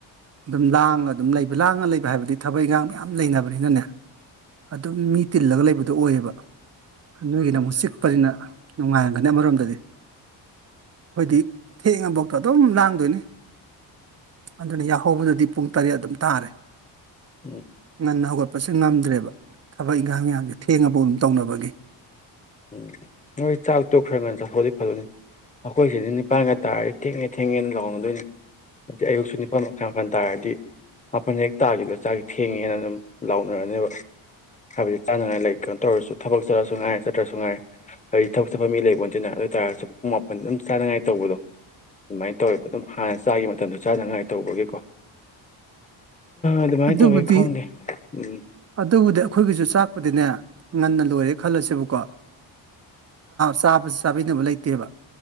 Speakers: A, on the right; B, on the left.
A: ꯑꯗꯨꯝ ꯂꯥꯡꯉ ꯑꯗꯨꯝ ꯂꯩꯕ ꯂꯥꯡꯉ ꯂꯩꯕ ꯍꯥꯏꯕꯗꯤ ꯊꯕꯛ ꯏꯪꯈꯥꯡ ꯃꯌꯥꯝ ꯂꯩꯅꯕꯅꯤꯅꯅꯦ ꯑꯗꯨꯝ ꯃꯤ ꯇꯤꯜꯂꯒ ꯂꯩꯕꯗꯨꯣ ꯑꯣꯏꯌꯦꯕ ꯅꯣꯏꯒꯤꯗ ꯑꯃꯨꯛ ꯆꯤꯛꯄꯅꯤꯅ ꯅꯨꯡꯉꯥꯏꯔꯝꯒꯅꯤ ꯑꯃꯔꯣꯝꯗꯗꯤ ꯑꯩꯣꯏꯗꯤ ꯊꯦꯡꯉꯐꯥꯎꯗꯣ ꯑꯗꯨꯝ ꯂꯥꯡꯗꯣꯏꯅꯦ ꯑꯗꯨꯅ ꯌꯥꯍꯧꯕꯗꯗꯤ ꯄꯨꯡ ꯇꯔꯦꯠ ꯑꯗꯨꯝ ꯇꯥꯔꯦ
B: ꯎꯝ
A: ꯉꯟꯅ ꯍꯧꯒꯠꯄꯁꯦ ꯉꯝꯗ꯭ꯔꯦꯕ ꯊꯛ ꯍꯣꯏ ꯏꯟꯈꯥꯡ ꯃꯌꯥꯝꯁꯦ ꯊꯦꯡꯉꯐꯥꯎ ꯑꯗꯨꯝ ꯇꯧꯅꯕꯒꯤ
B: ꯎꯝ ꯅꯣꯏ ꯆꯥꯛ ꯇꯣꯛꯈ꯭ꯔꯒꯅ ꯆꯥꯊꯣꯛꯗꯤ ꯐꯗꯅꯤ ꯑꯩꯈꯣꯏꯁꯤꯗꯤ ꯅꯤꯄꯥꯟꯒ ꯇꯥꯔꯗꯤ ꯊꯦꯡꯉꯦ ꯊꯦꯡꯉꯦꯅ ꯂ ꯂꯧꯍꯣꯡꯒꯗꯣꯏꯅꯤ ꯑꯗꯤ ꯑꯌꯛꯁꯨ ꯅꯤꯄꯥꯜ ꯃꯈꯥꯏ ꯋꯥꯄꯟ ꯇꯥꯔꯗꯤ ꯃꯥꯄꯟ ꯍꯦꯛ ꯇꯥꯈꯤꯗꯣ ꯆꯥꯛꯁ ꯊꯦꯡꯉꯦꯅ ꯑꯗꯨꯝ ꯂꯥꯎꯅꯔꯅꯦꯕ ꯍꯥꯏꯕꯗꯤ ꯆꯥꯅꯉꯥꯏ ꯂꯩ ꯀꯩꯅꯣ ꯇꯧꯔꯁꯨ ꯊꯕꯛ ꯆꯠꯔꯁꯨ ꯉꯥꯏꯔ ꯆ ꯅꯠꯇ꯭ꯔꯁꯨ ꯉꯥꯏ ꯍꯥꯏꯗꯤ ꯊꯕꯛ ꯆꯠꯐꯝ ꯃꯤ ꯂꯩꯕꯣ ꯅꯠꯇꯅ ꯑꯗꯨ ꯑꯣꯏ ꯇꯥꯔꯒꯁꯨ ꯄꯨꯡ ꯃꯥꯄꯟ ꯑꯗꯨꯝ ꯆꯥꯅꯉꯥꯏ ꯇꯧꯕꯗꯣ ꯑꯗꯨꯃꯥꯏꯅ ꯇꯧꯋꯦꯕ ꯑꯗꯨꯝ ꯍꯥꯟꯅ ꯆꯥꯈꯤꯕ ꯃꯇꯝꯗ ꯆꯥꯅꯉꯥꯏ ꯇꯧꯕꯒꯤꯀꯣ ꯑꯗꯨꯃꯥꯏꯅ
A: ꯑꯗꯨꯕꯨꯗꯤ
B: ꯇꯧꯋꯦ ꯈꯪꯗꯦ ꯎꯝ
A: ꯑꯗꯨꯕꯨꯗꯤ ꯑꯩꯈꯣꯏꯒꯤꯁꯨ ꯆꯥꯛꯄꯗꯤꯅꯦ ꯉꯟꯅ ꯂꯣꯏꯔꯦ ꯈꯜꯂꯁꯦꯕꯀꯣ ꯆꯥꯕꯁꯨ ꯆꯥꯕꯤꯅꯕ ꯂꯩꯇꯦꯕ